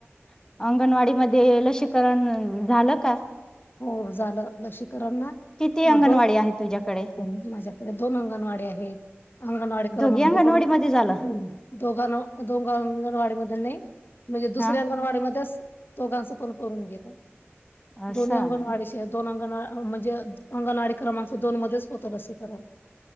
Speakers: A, on the left (about 15°); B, on the left (about 50°).
A: आ अंगणवाडीमध्ये लसीकरण उ झालं का?
B: हो झाल नशीब करन ना
A: किती
B: <unintelligible>
A: अंगणवाडी आहे तुझ्याकडे
B: माझ्याकड दोन अंगणवाडी आहे, अंगणवाडी क्रमांक
A: दोघी अंगणवाडी
B: <unintelligible>
A: मध्ये झालं
B: दोघांनो दोघ अंगणवाडी मधे नई. म्हजे दुसऱ्या
A: हा
B: अंगणवाडीमध्येस् दोघांचं पण करून घेतो.
A: असं
B: दोनी अंगणवाडी <unintelligible> दोन अंगणवा अ म्हजे अंगणवाडी क्रमांक दोन मध्येच होत लसीकरण